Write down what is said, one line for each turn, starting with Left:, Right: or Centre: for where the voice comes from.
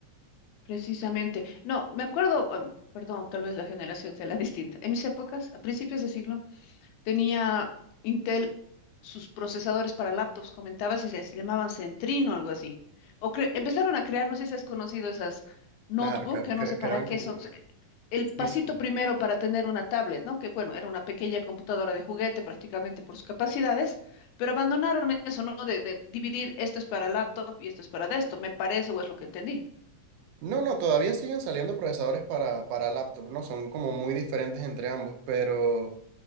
Left: precisamente. No, me acuerdo, bueno, perdón, tal vez la generación sea la <laughs> distinta. En mis épocas, a principios de siglo, tenía Intel sus procesadores para laptops, comentabas, y se, se llamaban Centrino o algo así. O cre- empezaron a crear, no sé si has conocido esas notebook,
Right: Claro, claro,
Left: que
Right: cre-
Left: no sé para
Right: crearon
Left: qué
Right: como...
Left: son, el
Right: Sí,
Left: pasito
Right: sí.
Left: primero para tener una tablet, ¿no? Que bueno, era una pequeña computadora de juguete prácticamente por sus capacidades, pero abandonaron eso, ¿no? De, de dividir esto es para laptop y esto es para desktop, me parece o es lo que entendí.
Right: No, no, todavía siguen saliendo procesadores para, para laptop, ¿no? Son como muy diferentes entre ambos, pero...